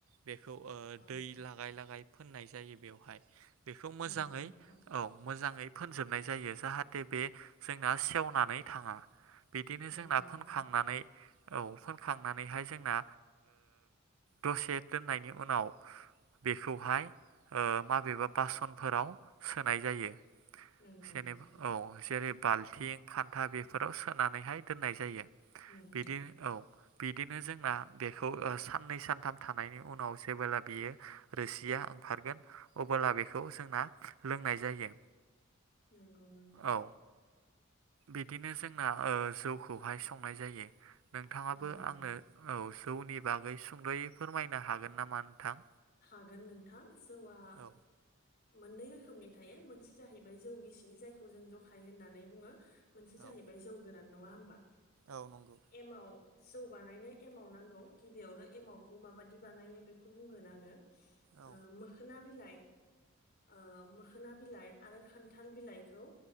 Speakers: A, on the right; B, on the left.
A: बेखौ ओ
B: औ
A: दै लागाय लागाय फोननाय जायो बेवहाय, बेखौ मोजाङै
B: नंगौ नोंथां
A: औ मोजाङै फोनजोबनाय जायो जाहाथे बे जोंना सेवनानै थाङा बिदिनो
B: नंगौ
A: जोंना
B: नोंथां
A: फोनखांनानै औ फोनखांनानैहाय जोंना दसे ओ दोननायनि उनाव बेखौहाय ओ माबेबा बासनफोराव सोनाय जायो।
B: नंगौ
A: जेनेबा
B: नोंथां
A: औ सेरेब बाल्थिं खान्था बेफोराव सोनानैहाय दोननाय जायो
B: नंगौ
A: बिदिनो औ बिदि बिदिनो जोंना बेखौ ओ साननै सानथाम थाम नायनि उनाव जेबोला बियो रोसिया ओंखारगोन अबोला बेखौ जोंना लोंनाय जायो
B: नंगौ नोंथां
A: औ बिदिनो जोंना ओ जौखौहाय संनाय जायो नोंथाङाबो
B: नंगौ
A: आंनो
B: नोंथां
A: औ जौनि बागै सुंद'यै फोरमायनो हागोन नामा नोंथां?
B: हागोन नोंथां जौआ
A: औ
B: मोननै रोखोमनि थायो मोनसे जाहैबाय जौगिसि जायखौ जों जखाय होननानै बुङो। मोनसे जाहैबाय
A: औ
B: जौ गोरान। नङा होमबा?
A: औ नंगौ
B: एमाव जौ बानायनो एमाव नांगौ गिबियावनो एमावखौ माबादि बानायो बेखौ बुंगोन आङो ओ
A: औ
B: मोखोना बिलाइ ओ मोखोना बिलाइ आरो खान्थाल बिलाइखौ